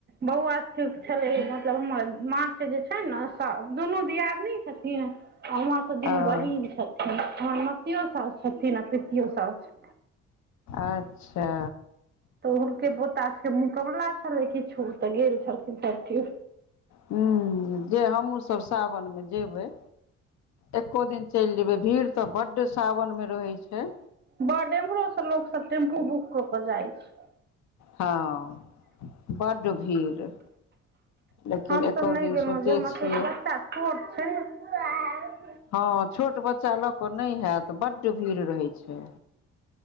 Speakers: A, on the right; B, on the left.
A: बौआ स्थुत छलै मतलब हमर माँ के जे छैय नैय दुनू दियादनी छथिन आ उम्हर से
B: ओ
A: दुनू बहिन छथिन हमर मसियो सा छथिन अऽ पितियो साउस
B: अच्छा
A: तऽ हुनके पोता सब के मुकोबला छलै किछु तऽ गेल छलखिन सब किओ
B: हूॅं, जे हमहुँ सब सावनमे जेबै एको दिन चलि जेबै भीड़ तऽ बड्ड सावन में रहैय छैय।
A: बड्ड इमहरो से लोक सब टेम्पू बुक कऽ के जाइ छैय।
B: हां बड्ड भीड़ लेकिन
A: हमसभ
B: एको
A: नैय
B: दिन
A: गेलहुँ
B: सोचै
A: जे हमर
B: छियै
A: सबके बच्चा छोट छैय।
B: हां छोट बच्चा लऽ कऽ नैय हयत बड्ड भीड़ रहै छैय।